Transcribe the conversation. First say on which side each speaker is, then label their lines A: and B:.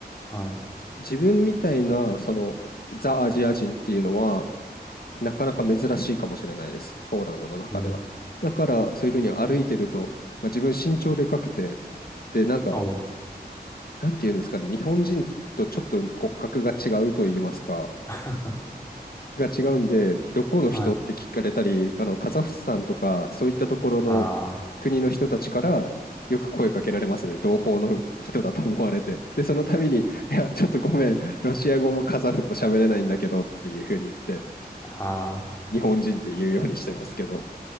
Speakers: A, on the left; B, on the left.
A: はい。
B: 自分みたいな、その、ザ・アジア人っていうのは、なかなか珍しいかもしれないです。ポーランドの中では。
A: うん。
B: だから、そういうふうに歩いてると、まあ、自分身長でかくて、で、なんか、
A: おう。
B: なんていうんですかね、日本人とちょっと骨格が違うと言いますか、
A: <laughs>
B: が違うんで、どこの人って聞かれたり、
A: はい。
B: あのカザフスタンとか、そういったところの国の人たちからよく声かけられますね、
A: あ
B: 同胞の人だと思われて。で、その度に、いや、ちょっとごめん、ロシア語もカザフも喋れないんだけどっていうふうに言って、
A: あ、あ
B: 日本人って言うようにしてますけど、